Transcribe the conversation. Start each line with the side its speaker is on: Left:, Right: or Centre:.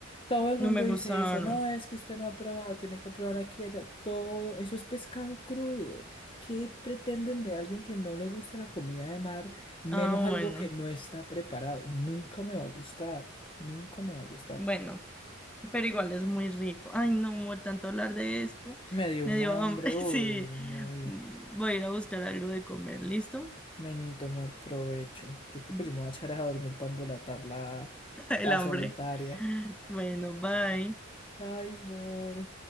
Left: Todo el
Centre: no
Left: mundo
Centre: me gustaron.
Left: dice eso, no, es que usted no ha probado, tiene que probar aquí, allá, todo, eso es pescado crudo. ¿Qué pretenden de alguien que no le gusta la comida de mar, menos
Centre: Ah,
Left: algo
Centre: bueno,
Left: que no está preparado? Nunca me va a gustar, nunca me va a gustar.
Centre: bueno, pero igual es muy rico. Ay, no, amor, tanto hablar de esto,
Left: Me dio
Centre: me
Left: una
Centre: dio
Left: hambre
Centre: hambre. <laughs> Sí,
Left: hoy, no.
Centre: Mm, voy a ir a buscar algo de comer, ¿listo?
Left: Meni, tomar provecho. Yo creo
Centre: <laughs>
Left: que yo me voy a echar a dormir para embolatar la,
Centre: El
Left: la
Centre: hambre.
Left: solitaria.
Centre: Bueno, bye.
Left: Ay, amor.